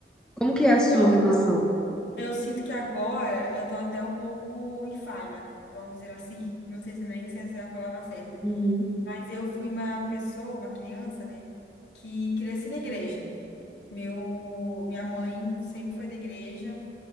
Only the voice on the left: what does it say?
Então,
eu sinto que agora eu tô até um pouco em falha, vamos dizer assim. Não sei se nem se essa é a palavra certa.
Mas eu fui uma pessoa, uma criança, né, que cresci na igreja. Meu, minha mãe sempre foi da igreja,